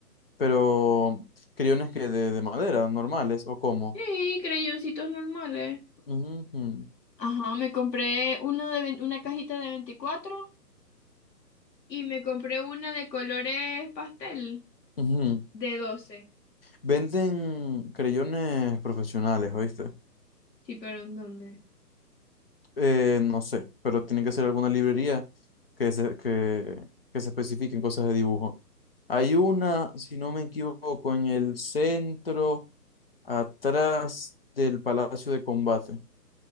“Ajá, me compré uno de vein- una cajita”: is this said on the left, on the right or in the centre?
Left